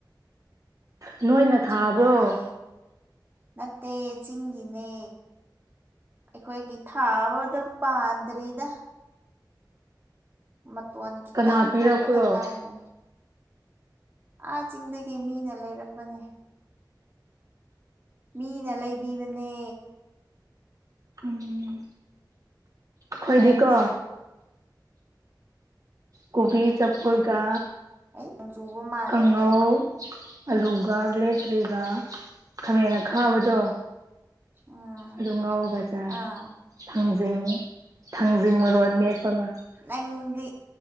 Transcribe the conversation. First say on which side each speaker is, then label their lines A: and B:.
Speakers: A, on the right (about 50°); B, on the right (about 30°).
A: ꯅꯣꯏꯅ ꯊꯥꯕ꯭ꯔꯣ
B: ꯆꯤꯒꯤꯅꯦ ꯅꯠꯇꯦ ꯆꯤꯒꯤꯤꯅꯦ ꯑꯩꯈꯣꯏꯒꯤ ꯊꯥꯕ ꯑꯗꯨ ꯄꯥꯟꯗ꯭ꯔꯤꯗ ꯃꯇꯣꯟ ꯈꯤꯇꯪ
A: ꯀꯅꯥ ꯄꯤꯔꯛꯄ꯭ꯔꯣ
B: ꯊꯣꯛꯄꯗ ꯉꯥꯏꯔꯦ ꯑꯥ ꯆꯤꯡꯗꯒꯤ ꯃꯤꯅ ꯂꯩꯔꯛꯄꯅꯦ ꯃꯤꯅ ꯂꯩꯕꯤꯕꯅꯦ
A: ꯎꯝ ꯈꯣꯏꯗꯤ
B: ꯅꯪꯗꯤ
A: ꯀ ꯀꯣꯕꯤ ꯆꯞꯄꯔꯒ
B: ꯀꯔꯤ ꯑꯩ ꯅꯣꯡ ꯆꯨꯕ ꯃꯥꯜꯂꯦꯍꯦ
A: ꯀꯪꯉꯧ ꯑꯂꯨꯒ ꯕ꯭ꯂꯦꯇ꯭ꯔꯤꯒ ꯈꯥꯃꯦꯟ ꯈꯥꯕꯗꯣ
B: ꯎꯝ
A: ꯑꯗꯨꯝ ꯉꯥꯎꯔꯒ ꯆꯥꯏ
B: ꯑꯥ
A: ꯊꯥꯡꯖꯤꯡ ꯊꯥꯡꯖꯤꯡ ꯃꯔꯣ ꯃꯦꯠꯄꯒ
B: ꯅꯪꯒꯤ